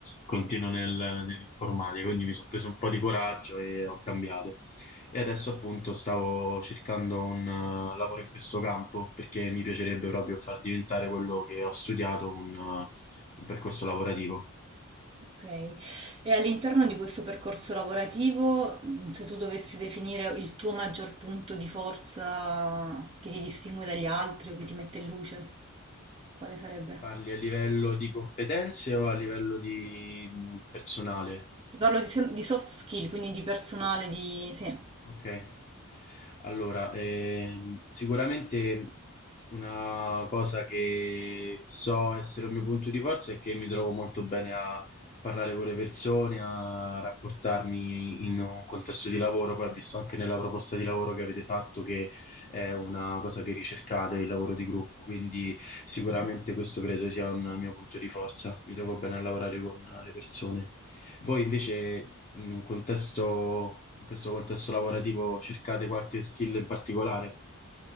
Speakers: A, on the left; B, on the right.
A: continuo nel- nell'informatica. Quindi mi sono preso un po' di coraggio e ho cambiato. E adesso appunto stavo cercando un eh, lavoro in questo campo perché mi piacerebbe proprio far diventare quello che ho studiato un, eh, un percorso lavorativo.
B: ok. E all'interno di questo percorso lavorativo, mh, se tu dovessi definire il tuo maggior punto di forza che ti distingue dagli altri o che ti mette in luce, quale sarebbe?
A: Parli a livello di competenze o a livello di mh, personale?
B: Ti parlo di, sem- di soft skill, quindi di personale, di... Sì.
A: Ok, allora, ehm, sicuramente una cosa che so essere un mio punto di forza è che mi trovo molto bene a parlare con le persone, a rapportarmi in un contesto di lavoro. Poi ho visto anche nella proposta di lavoro che avete fatto che è una cosa che ricercate, il lavoro di gruppo, quindi sicuramente
B: Mm-hmm.
A: questo credo sia un mio punto di forza. Mi trovo bene a lavorare con le persone. Voi invece in un contesto, in questo contesto lavorativo cercate qualche skill in particolare